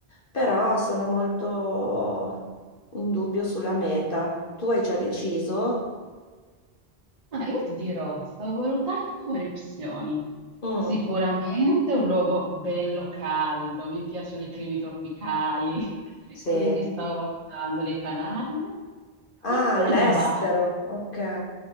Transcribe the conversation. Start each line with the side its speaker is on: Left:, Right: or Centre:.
Left: però sono molto in dubbio sulla meta. Tu hai già deciso?
Right: Ah, io ti dirò, sto valutando varie opzioni.
Left: Mm,
Right: Sicuramente un luogo bello caldo, mi piacciono i climi tropicali, <laughs>
Left: sì.
Right: quindi stavo valutando le Canarie,
Left: Ah,
Right: oppure
Left: all'estero,
Right: Dubai.
Left: ok,